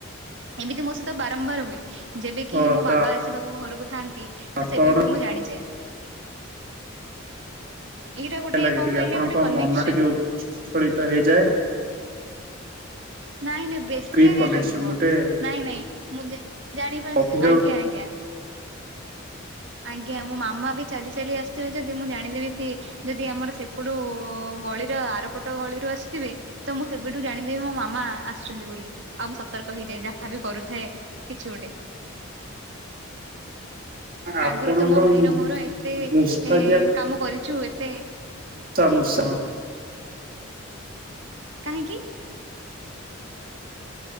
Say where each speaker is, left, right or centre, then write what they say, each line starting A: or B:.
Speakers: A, on the right (about 60°); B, on the right (about 45°).
A: ଏମିତି ମୋ ସହିତ ବାରମ୍ବାର ହୁଏ ଯେବେ କିି
B: ହଁ
A: ମୋ
B: ତ
A: ବାବା ଆସ ସିବାକୁ ଘରକୁ ଥାନ୍ତି ତ
B: ଆପଣ
A: ସେବେ ବି ମୁଁ ଜାଣିଯାଏ। ଏଇଟା ଗୋଟେ
B: ହେଲା କି
A: କଣ
B: ଟିକେ
A: କହିଲେ
B: ଆପଣଙ୍କ
A: ଗୋଟେ କନେକ୍ସନ
B: ମନ ଟିକେ ଉଚ୍ଛଳିତ ହେଇଯାଏ।
A: ନାଇଁ ଯେ ବେଶିଆ
B: କ୍ରିପ୍
A: କାଇଁ
B: କନେକ୍ସନ
A: ଲାଗିବ?
B: ଗୋଟେ
A: ନାଇଁ ନାଇଁ ମୁଁ ଯେ ଜାଣି
B: ଗଭୀର
A: ପା ଆଜ୍ଞା, ଆଜ୍ଞା, ଆଜ୍ଞା ମୋ ମାମା ବି ଚାଲି ଚାଲି ଆସ ଥିବେ ଯଦି ମୁଁ ଜାଣିଦେବି ସିଏ ଯଦି ଆମର ସେପଟୁ ଗଳିର ଆରପଟ ଗଳିରୁ ଆସୁଥିବେ ତ ମୁଁ ସେବେଠୁ ଜାଣିଦେବି ମୋ ମା ମା ଆସୁଛନ୍ତି ବୋଲି, ଆଉ ମୁଁ ସତର୍କ ହେଇଯାଏ ଯାହାବି କରୁଥାଏ କିଛି ଗୋଟେ।
B: ଆପଣଙ୍କର
A: ଆଗରୁ ତ ମୋ ଭାଇର ମୋର ଏତେ
B: ମୂଷା
A: ଏଁ, କାମ କରିଛୁ ଏତେ
B: ତୋମ ସହ
A: କାହିଁକି?